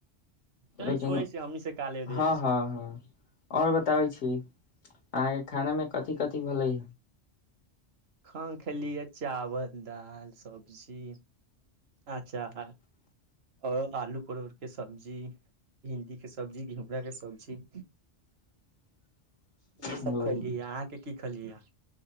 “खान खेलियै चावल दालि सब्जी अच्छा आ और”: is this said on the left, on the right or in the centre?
Right